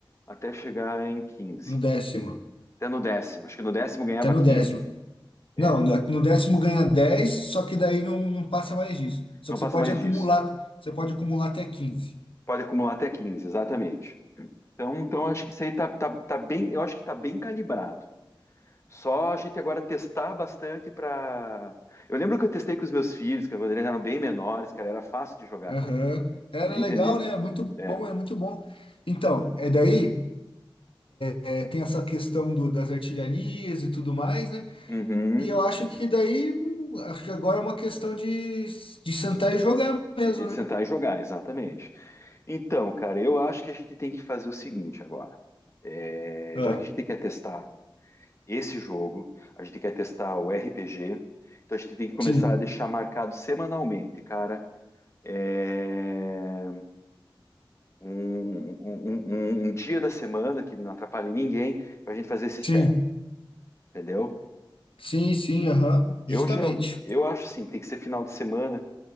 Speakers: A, on the left (about 30°); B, on the left (about 85°).
A: até chegar em quinze,
B: no décimo.
A: Até no décimo. Acho que no décimo ganhava
B: Até no
A: 15.
B: décimo.
A: É,
B: Não, no décimo ganha dez só que daí não, não passa mais disso. Só
A: não
B: que
A: passa
B: você pode
A: mais
B: acumular,
A: disso.
B: você pode acumular até quinze
A: Pode acumular até quinze, exatamente. Então, então acho que isso aí tá, tá, tá bem, eu acho que tá bem calibrado. Só a gente agora testar bastante para. Eu lembro que eu testei com os meus filhos, que quando eles eram bem menores, cara, era fácil de jogar
B: Aham.
A: com eles.
B: Era
A: Eles
B: legal,
A: entenderam.
B: né? É Muito
A: É.
B: bom, é muito bom. Então, é daí, é, tem essa questão do, das artilharias e tudo mais, né?
A: Uhum.
B: E eu acho que daí, hum, acho que agora é uma questão de, de sentar e jogar mesmo,
A: E
B: né?
A: sentar e jogar, exatamente. Então, cara, eu acho que a gente tem que fazer o seguinte agora. É,
B: Ah,
A: já que a gente quer testar esse jogo, a gente quer testar o RPG, então a gente tem que começar
B: sim,
A: a deixar marcado semanalmente, cara. é, um, um- um- um dia da semana que não atrapalhe ninguém pra gente fazer esses
B: sim,
A: testes, entendeu?
B: sim, sim, aham,
A: Eu
B: justamente.
A: geralmente, eu acho assim, tem que ser final de semana